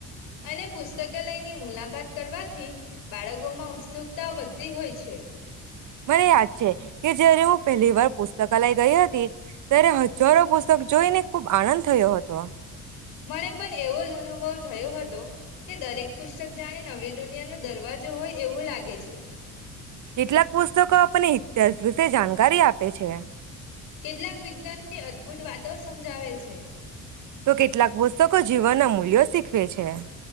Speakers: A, on the left; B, on the right.
A: અને પુસ્તકાલયની મુલાકાત કરવાથી બાળકો માં ઉત્સુકતા વધતી હોય છે.
B: મને યાદ છે કે જયારે હું પહેલી વાર પુસ્તકાલય ગઈ હતી. ત્યારે હજારો પુસ્તક જોઈને ખુબ આનંદ થયો હતો.
A: મને પણ એવો જ અનુભવ થયો હતો. કે દરેક પુસ્તક જાણે નવી દુનિયા નો દરવાજો હોય એવું લાગે છે.
B: કેટલાક પુસ્તકો આપને ઇતિહાસ વિશે જાણકારી આપે છે.
A: કેટલાક વિજ્ઞાની અદભુત વાતો સમજાવે છે.
B: તો કેટલાક પુસ્તકો જીવનના મૂલ્યો શીખવે છે.